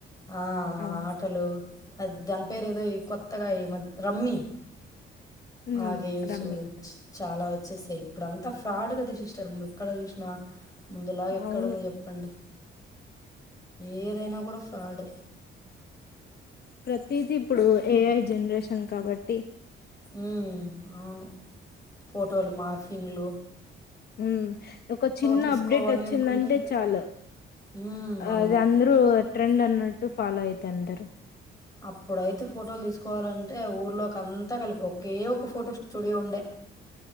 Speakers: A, on the left; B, on the left.
A: అ
B: అవును
A: ఆటలు అది దాని పేరు ఏదో కొత్తగా ఈ మ రమ్మి
B: ఉమ్
A: ఆ గేమ్స్
B: రమ్మి
A: చాలా వచ్చేస్తాయి ఇప్పుడు అంతా ఫ్రాడ్ గదా సిస్టర్ ఎక్కడ చూసిన ముందులా ఇక్కడుంది
B: అవును
A: చెప్పండి ఏదైనా గూడా ఫ్రాడే
B: ప్రతిది ఇప్పుడు ఏఐ జనరేషన్ కాబట్టి
A: ఉ అవును ఫోటోలు మార్ఫింగ్లు
B: ఉ ఒక చిన్న
A: తీసుకోవాలి
B: అప్డేట్ వచ్చిందంటే
A: అనుకుంటే
B: చాలు
A: హ్మ్. అవును.
B: అది అందర్ ఇప్పుడు ట్రెండ్ అన్నట్టు ఫాలో అయితాంటారు
A: అప్పుడైతే ఫోటోలు తీసుకోవాలంటే ఊర్లోకి అంతా కలిపి ఒకే ఒక ఫోటో స్టూడియో ఉండే